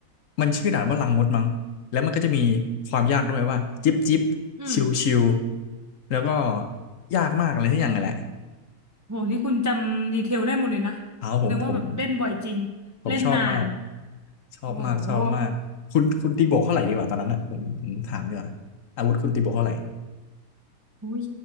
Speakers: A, on the left; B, on the right.
A: มันชื่อด่านว่าลังมดมั้งแล้วมันก็จะมีความยากด้วยว่าจิ๊บจิ๊บ
B: อืม
A: ชิวชิวแล้วก็ยากมากอะไรที่อย่างนั้นแหละ
B: โหนี่คุณจำดีเทลได้หมดเลยนะแสดงว่าแบบเล่นบ่อยจริงเล่นนาน
A: เอาผมผมผมชอบมาก ชอบมากชอบมากคุณคุณตีโบกเท่าไหร่ดีกว่าตอนนั้นอ่ะผมผมถามดีกว่าอาวุธคุณตีโบกเท่าไหร่
B: โอ้โหอุ้ย